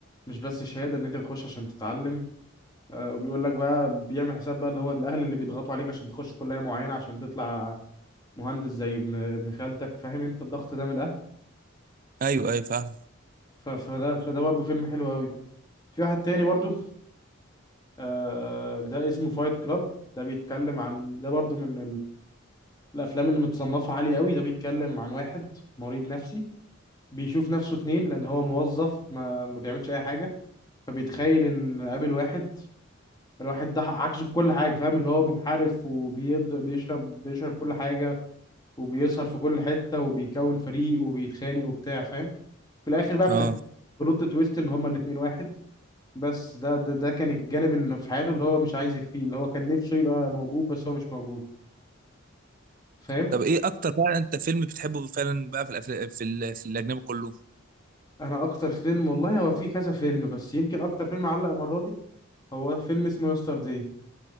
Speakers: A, on the left (about 20°); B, on the right (about 40°).
A: مش بس شهادة إن أنت بتخش عشان تتعلم آه، وبيقول لك بقى بيعمل حساب بقى اللي هو الأهل اللي بيضغطوا عليك عشان تخش كلية معينة عشان تطلع مهندس زي ابن ابن خالتك فاهم أنت الضغط ده من الأهل
B: ايوه ايوه فاهم
A: ف- فده فده برضه فيلم حلو قوي في واحد تاني برضه آه، ده اسمه فايت كلاب ده بيتكلم عن ده برضه من الافلام اللي متصنفه عالي قوي ده بيتكلم عن واحد مريض نفسي بيشوف نفسه اتنين لان هو موظف ما, ما بيعملش اي حاجه فبيتخيل ان قابل واحد الواحد ده عكسه في كل حاجه فاهم اللي هو منحرف وبيض بيشرب بيشرب كل حاجه وبيسهر في كل حته وبيكون فريق وبيتخانق وبتاع فاهم في الاخر بقى بتك-
B: اه
A: بلوت تويست ان هما الاتنين واحد بس ده ده ده كان الجانب اللي في حياته اللي هو مش عايز يخفيه اللي هو كان نفسه يبقى موجود بس هو مش موجود فاهم
B: طب ايه اكتر بقى انت فيلم بتحبه فعلا بقى في الأفل... في ال... في الاجنبي كله
A: انا اكتر فيلم والله هو في كذا فيلم بس يمكن اكتر فيلم علق المره دي هو فيلم اسمه يسترداي